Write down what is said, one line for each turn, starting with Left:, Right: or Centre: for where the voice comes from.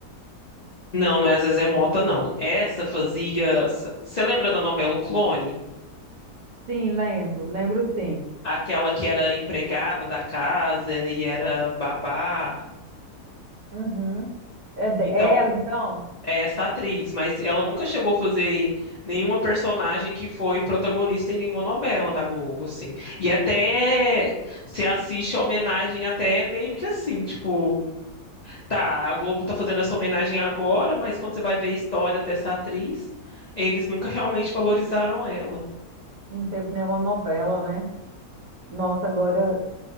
Left: Não, não é Zezé Mota, não. Essa fazia. Você lembra da novela O Clone?
Right: Sim, lembro, lembro sim.
Left: Aquela que era empregada da casa e era babá.
Right: Uhum. É, de-
Left: Então,
Right: é ela, então?
Left: é essa atriz, mas ela nunca chegou a fazer nenhuma personagem que foi protagonista em nenhuma novela da Globo, assim. E até se assiste a homenagem até meio que assim, tipo, tá, a Globo tá fazendo essa homenagem agora, mas quando você vai ver a história dessa atriz, eles nunca realmente valorizaram ela.
Right: Não teve nenhuma novela, né? Nossa, agora